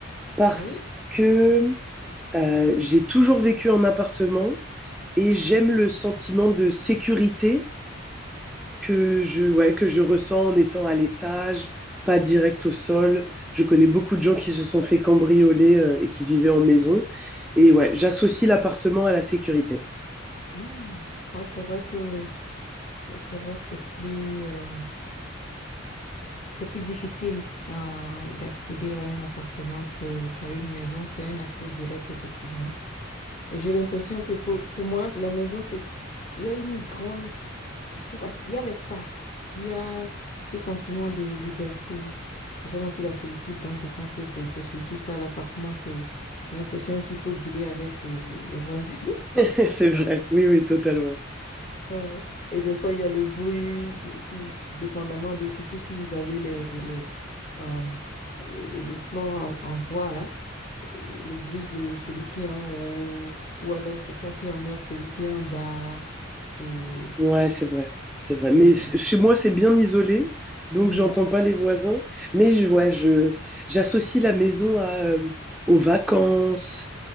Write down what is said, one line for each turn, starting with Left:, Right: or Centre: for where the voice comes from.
Centre: Parce
Left: Ah oui?
Centre: que euh, j'ai toujours vécu en appartement et j'aime le sentiment de sécurité que je, ouais, que je ressens en étant à l'étage, pas direct au sol. Je connais beaucoup de gens qui se sont fait cambrioler euh, et qui vivaient en maison. Et ouais, j'associe l'appartement à la sécurité.
Left: Hmm. Ouais, c'est vrai que C'est vrai, c'est plus, euh, c'est plus difficile euh, d'accéder à un appartement que, qu'à une maison. C'est un accès direct, effectivement. Et j'ai l'impression que pour, pour moi, la maison, c'est, il y a une grande, je sais pas, il y a l'espace, il y a ce sentiment de liberté. J'aime aussi la solitude, donc je pense que c'est, c'est surtout ça, l'appartement, c'est, j'ai l'impression qu'il faut dealer avec euh, les voisins. <laughs>
Centre: <laughs> C'est vrai. Oui, oui, totalement.
Left: Ouais. Et des fois, il y a le bruit, qui- si, dépendamment de, surtout si vous avez les, les euh, le, le, le flore en, en bois là, et le bruit de celui qui est en haut, ou alors c'est toi qui emmerdes celui qui est en bas. C'est.
Centre: Ouais, c'est vrai, c'est vrai.
Left: Mais-
Centre: Mais ch- chez moi, c'est bien isolé, donc
Left: Mhm.
Centre: j'entends pas les voisins. Mais je, ouais,
Left: Ah,
Centre: je, j'associe la maison à, euh, aux vacances